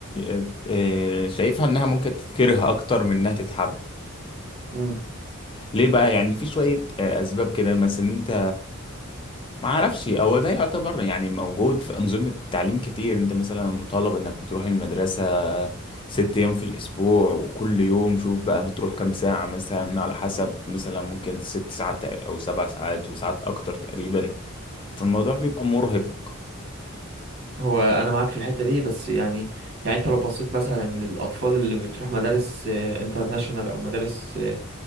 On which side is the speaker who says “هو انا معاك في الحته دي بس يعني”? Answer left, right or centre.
Right